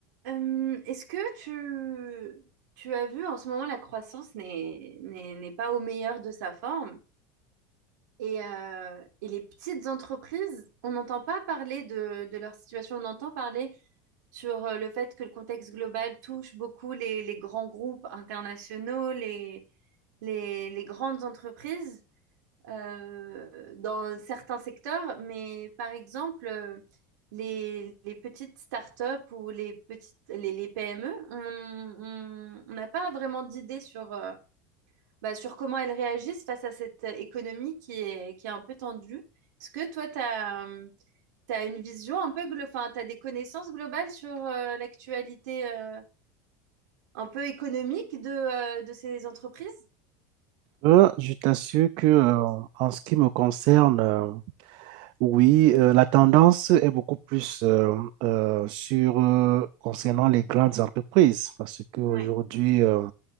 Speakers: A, on the right; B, on the right.
A: Euh, est-ce que tu, tu as vu en ce moment la croissance n'est n'est- n'est pas au meilleur de sa forme et, euh, et les petites entreprises, on n'entend pas parler de, de leur situation, on entend parler sur euh, le fait que le contexte global touche beaucoup les, les grands groupes internationaux, les, les, les grandes entreprises, euh, dans certains secteurs, mais par exemple, euh, les, les petites startups ou les petites, les, les PME, on on- on n'a pas vraiment d'idée sur, euh, bah, sur comment elles réagissent face à cette économie qui est, qui est un peu tendue. Est-ce que toi, tu as, une vision un peu, glo- enfin, tu as des connaissances globales sur euh, l'actualité euh, un peu économique de, euh, de ces entreprises?
B: Euh, je t'assure que, euh, en ce qui me concerne, euh, oui, euh, la tendance est beaucoup plus euh, euh, sur euh, concernant les grandes entreprises, parce qu'aujourd'hui,
A: Oui.
B: euh,